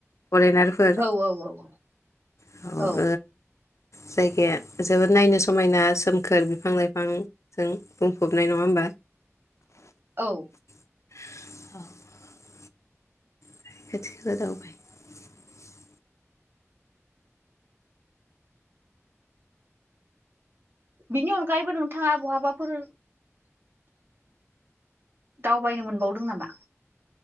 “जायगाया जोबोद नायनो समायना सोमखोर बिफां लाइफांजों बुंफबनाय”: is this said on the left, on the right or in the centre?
Left